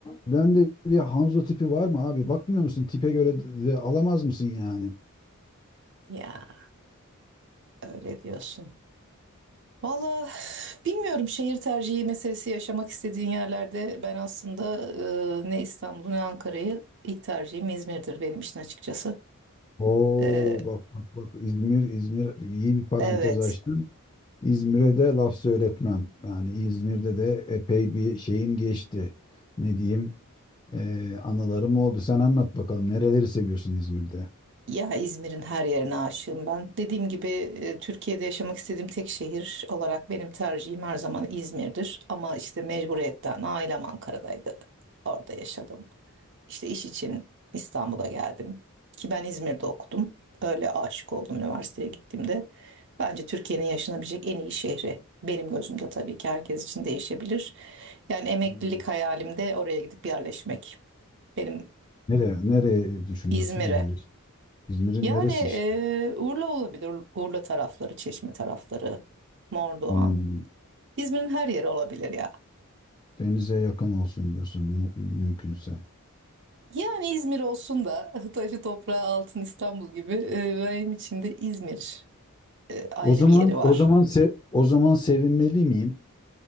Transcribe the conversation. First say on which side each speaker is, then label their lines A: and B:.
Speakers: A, on the left; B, on the right.
A: ben de bir Hanzo tipi var mı abi? Bakmıyor musun? Tipe göre de alamaz mısın yani?
B: Ya öyle diyorsun. Valla bilmiyorum şehir tercihi meselesi yaşamak istediğin yerlerde ben aslında e, ne İstanbul'u ne Ankara'yı ilk tercihim İzmir'dir benim için açıkçası.
A: Oo
B: E,
A: bak bak bak İzmir İzmir iyi bir parantez
B: evet
A: açtın. İzmir'e de laf söyletmem. Yani İzmir'de de epey bir şeyim geçti. Ne diyeyim? Ee, anılarım oldu. Sen anlat bakalım nereleri seviyorsun İzmir'de?
B: ya İzmir'in her yerine aşığım ben. Dediğim gibi e, Türkiye'de yaşamak istediğim tek şehir olarak benim tercihim her zaman İzmir'dir. Ama işte mecburiyetten ailem Ankara'daydı. Orada yaşadım. İşte iş için İstanbul'a geldim. Ki ben İzmir'de okudum. Öyle aşık oldum üniversiteye gittiğimde. Bence Türkiye'nin yaşanabilecek en iyi şehri. Benim gözümde tabii ki herkes için değişebilir. Yani emeklilik
A: Hmm.
B: hayalim de oraya gidip yerleşmek. Benim
A: Nereye, nereye düşünüyorsun
B: İzmir'e.
A: yerleşim? İzmir'in
B: Yani
A: neresi
B: e,
A: işte?
B: Urla olabilir. Urla tarafları, Çeşme tarafları, Mordoğan.
A: Hmm,
B: İzmir'in her yeri olabilir ya.
A: denize yakın olsun diyorsun mu- mümkünse.
B: Yani İzmir olsun da <laughs> taşı toprağı altın İstanbul gibi e, benim için de İzmir. e, ayrı
A: O zaman
B: bir yeri var.
A: o zaman se- o zaman sevinmeli miyim?